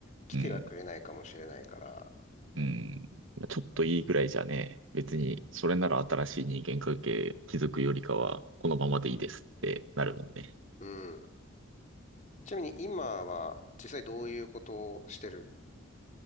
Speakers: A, on the left; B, on the right.
A: 来てはくれないかもしれないから。
B: うん。うん。ちょっといいぐらいじゃね、別にそれなら新しい人間関係築くよりかは、このままでいいですってなるもんね。
A: うん。うん。ちなみに今は実際どういうことをしてる